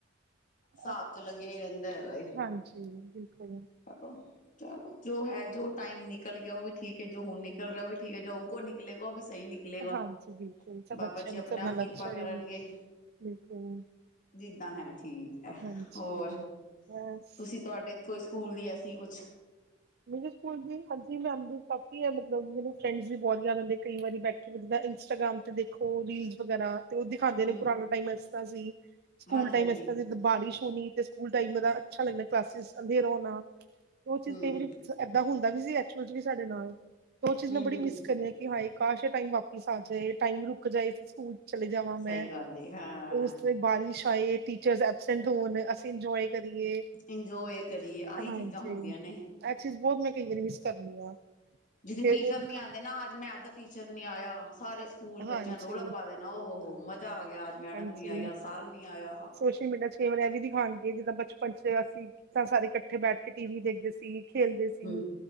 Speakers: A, on the left (about 45°); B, on the right (about 55°).
A: ਸਾਬ
B: ਅ
A: ਚ ਲੱਗਿਆ ਈ ਰਹਿੰਦਾ ਹੈਗਾ
B: ਹਾਂਜੀ ਬਿਲਕੁਲ
A: ਆ ਚਲੋ ਜੋ ਹੈ ਜੋ ਟਾਈਮ ਨਿਕਲ ਗਿਆ ਉਹ ਵੀ ਠੀਕ ਐ। ਜੋ ਹੁਣ ਨਿਕਲ ਰਿਹਾ ਵੀ ਠੀਕ ਐ। ਜੋ ਅੱਗੋਂ ਨਿਕਲੇਗਾ ਉਹ ਵੀ ਸਹੀ ਨਿਕਲੇਗਾ
B: ਹਾਂਜੀ ਬਿਲਕੁਲ ਸਭ
A: ਬਾਬਾ
B: ਅੱਛਾ
A: ਜੀ
B: ਈ,
A: ਆਪਣੇ
B: ਸਬ
A: ਆਪ
B: ਨਾਲ
A: ਕਿਰਪਾ
B: ਅੱਛਾ
A: ਕਰਨਗੇ
B: ਈ ਐ ਬਿਲਕੁਲ
A: ਜਿੱਦਾਂ ਹੈ ਠੀਕ ਐ
B: ਹਾਂਜੀ
A: ਹੋਰ
B: ਬਸ
A: ਤੁਸੀਂ ਤੁਹਾਡੇ ਕੋਈ ਸਕੂਲ ਦੀ ਐਸੀ ਕੁਛ
B: ਮੇਰੇ ਸਕੂਲ ਦੀ ਹਾਂਜੀ ਮੈਮਰੀ ਕਾਫੀ ਐ ਮਤਲਬ ਮੈਨੂੰ ਫਰੈਂਡਸ ਵੀ ਬਹੁਤ ਯਾਦ ਆਦੇ ਕਈ ਵਾਰੀ ਬੈਠੇ ਜਿਦਾ ਇੰਸਟਾਗ੍ਰਾਮ ਤੇ ਦੇਖੋ ਰੀਲਜ਼ ਵਗੈਰਾ ਤੇ ਉਹ ਦਿਖਾਉਂਦੇ
A: ਹੂੰ
B: ਨੇ ਪੁਰਾਣਾ ਟਾਈਮ ਇਸ ਤਾ ਸੀ, ਸਕੂਲ
A: ਹਾਂਜੀ
B: ਟਾਈਮ
A: ਹਾਂਜੀ
B: ਇਸ ਤਰਾ ਸੀ ਬਾਰਿਸ਼ ਤੇ ਸਕੂਲ ਟਾਈਮ ਅੱਛਾ ਦਾ ਲੱਗਣਾ ਕਲਾਸਿਸ ਅੰਦੇ ਰੋਣਾ ਤੇ ਉਹ ਚੀਜ਼
A: ਹੂੰ
B: ਕਈ ਵਾਰੀ ਏਦਾਂ ਹੁੰਦਾ ਵੀ ਸੀ ਐਕਚੁਲ ਚ ਵੀ ਸਾਡੇ ਨਾਲ ਤੇ ਉਹ ਚੀਜ਼
A: ਹੂੰ
B: ਮੈ ਬੜੀ
A: ਹੂੰ
B: ਮਿਸ
A: ਹੂੰ
B: ਕਰਨੀ ਆ ਕਿ ਹਾਏ ਕਾਸ਼ ਏਹ ਟਾਈਮ ਵਾਪਿਸ ਆ ਜਾਏ ਟਾਈਮ ਰੁਕ ਜਾਏ ਅਸੀ ਸਕੂਲ ਚਲੇ ਜਾਵਾਂ ਮੈਂ
A: ਸਹੀ ਗੱਲ ਏ ਹਾਂ
B: ਉਸ ਤਰਾ ਬਾਰਿਸ਼ ਆਏ, ਟੀਚਰ ਐਬਸੈਂਟ ਹੋਣ ਅਸੀਂ ਇੰਜੋਏ ਕਰੀਏ
A: ਇੰਜੋਏ ਕਰੀਏ ਆਹੀ
B: ਹਾਂਜੀ
A: ਚੀਜ਼ਾਂ ਹੁੰਦੀਆਂ ਨੇ
B: ਇਹ ਚੀਜ਼ ਬਹੁਤ ਮੈਂ ਕਈ ਵਾਰੀ ਮਿਸ ਕਰਨੀ ਆ
A: ਜਿਸ ਦਿਨ
B: ਫੇਰ
A: ਟੀਚਰ
B: ਉਹ ਦਿਖਾ
A: ਨੀ ਆਦੇ ਨਾ, ਅੱਜ ਮੈਥ ਦਾ ਟੀਚਰ ਨੀ ਆਇਆ ਸਾਰੇ ਸਕੂਲ ਚ
B: ਹਾਂਜੀ
A: ਬੱਚਿਆਂ ਰੌਲਾ ਪਾ ਦੇਣਾ ਓ ਹੋ-ਹੋ ਮਜ਼ਾ ਆ ਗਿਆ ਅੱਜ ਮੈਡਮ
B: ਹਾਂਜੀ
A: ਨੀ ਆਈ ਆ, ਸਰ ਨੀ ਆਇਆ
B: ਸੋਸ਼ਲ ਮੀਡੀਆ ਚ ਕਈ ਵਾਰ ਵੀ ਦਿਖਾਉਣਗੇ ਇਹ ਜਿੱਦਾਂ ਬਚਪਨ ਚ ਅਸੀਂ ਤਾਂ ਸਾਰੇ ਇਕੱਠੇ ਬੈਠ ਕੇ ਟੀਵੀ ਦੇਖਦੇ ਸੀ, ਖੇਲਦੇ ਸੀ
A: ਹੂੰ